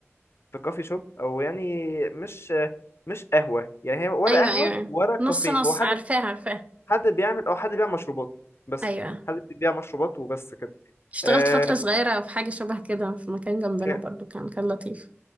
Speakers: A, on the left (about 60°); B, on the right (about 30°).
A: في كافي شوب او يعني مش مش قهوه يعني هي ورا
B: ايوه
A: قهوه
B: ايوه
A: ورا كافيه
B: نص نص
A: هو حد
B: عارفاه عارفاه
A: حد بيعمل او حد بيبيع مشروبات بس
B: ايوه
A: حد بيبيع مشروبات وبس كده
B: اشتغلت
A: اه,
B: فترة صغيرة في حاجة شبه كده في مكان جنبنا
A: ك-
B: برضو كان كان لطيف